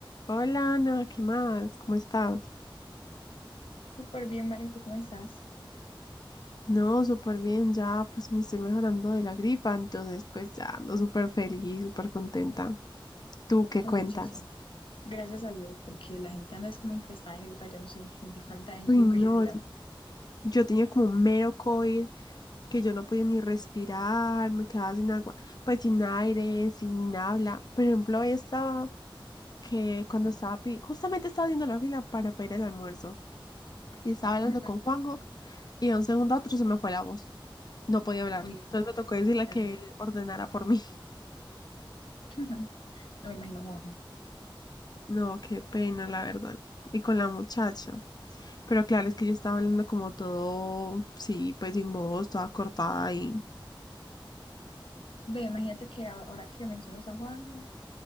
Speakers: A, on the left; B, on the left.
A: Hola Ana, ¿qué más? ¿Cómo estás?
B: Súper bien, Vale, ¿tú cómo estás?
A: No, súper bien, ya pues me estoy mejorando de la gripa, entonces pues ya ando súper feliz, súper contenta. ¿Tú qué
B: Oye,
A: cuentas?
B: muchacha, gracias a Dios, porque la gente anda es como infestada de gripa, yo no sé, gente falta de
A: Uy,
B: yuca
A: no,
B: y de vitamina.
A: Yo tenía como un mero COVID que yo no podía ni respirar, me quedaba sin agua, pues sin aire, sin habla. Por ejemplo, hoy estaba que cuando estaba, pi- justamente estaba haciendo la fila para pedir el almuerzo y estaba
B: <laughs>
A: hablando con Juanjo y de un segundo a otro se me fue la voz. No podía hablar.
B: Uy, no,
A: Entonces me tocó decirle
B: horrible.
A: que él ordenara por mí. <laughs>
B: <laughs> No me imagino Juanjo.
A: No, qué pena, la verdad. Y con la muchacha. Pero claro, es que yo estaba hablando como todo, sí, pues sin voz, toda cortada y
B: Ve, imagínate que a- ahora que mencionas a Juanjo,